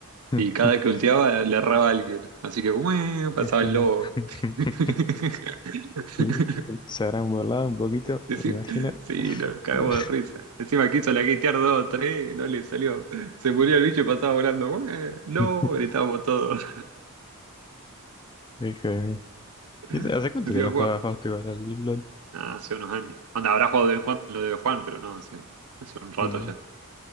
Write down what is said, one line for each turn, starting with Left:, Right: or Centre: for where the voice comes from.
Left: <laughs>
Right: y cada que ultiaba le erraba a alguien, así que ¡ué! pasaba
Left: Qué joda.
Right: el lobo.
Left: <laughs>
Right: <laughs>
Left: Y Se habrán burlado un poquito,
Right: Sí,
Left: me imagino.
Right: sí, nos cagamos
Left: <laughs>
Right: de risa. Encima quiso la gatear dos o tres, no le salió. Se murió el bicho y pasaba volando. ¡Ué! ¡No!
Left: Qué
Right: Gritábamos todos.
Left: joda.
Right: <laughs>
Left: ¿Y ¿Hace hace cuánto
Right: Decía,
Left: que no jugaba Fausto igual al LOL?
Right: Nada, hace unos años. Onda, habrá jugado de vez en cuando lo de Juan, pero no, hace, hace un rato
Left: No.
Right: ya.